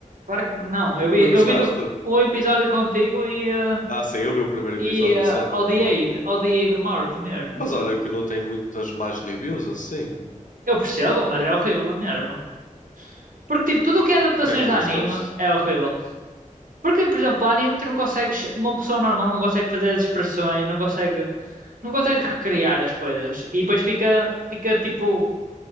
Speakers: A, on the right; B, on the left.
A: Claro que não. Eu vi,
B: Não gostaste?
A: eu vi do, um episódio contigo e, eh,
B: Ah, sim, eu vi o primeiro episódio
A: e eh,
B: só também.
A: odiei, de- odiei de morte mesmo.
B: Mas olha que não tem muitas mais reviews assim.
A: Eu percebo, mas é horrível na mesma. Porque, tipo, tudo o que é adaptações
B: O que é que não
A: de anime
B: gostaste?
A: é horrível. Porque, por exemplo, anime tu não consegues. Uma pessoa normal não consegue fazer as expressões, não consegue. Não consegues recriar as coisas. E depois fica, fica tipo,